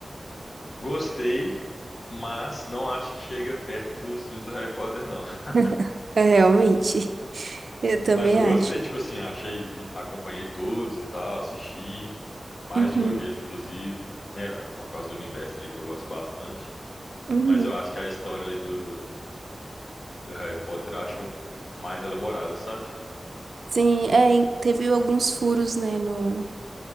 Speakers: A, on the left (about 60°); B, on the right (about 75°).
A: Gostei, mas não acho que chega perto dos filmes do Harry Potter, não. <laughs>
B: <laughs> É, realmente. Eu também
A: Mas eu gostei,
B: acho.
A: tipo assim, achei, vi- acompanhei todos e tal, assisti mais
B: Uhum,
A: de uma vez, inclusive, né? Por causa do universo ali que eu gosto bastante.
B: uhum.
A: Mas eu acho que a história ali do, do Harry Potter eu acho mais elaborada, sabe?
B: Sim, é, em- teve alguns furos, né, no,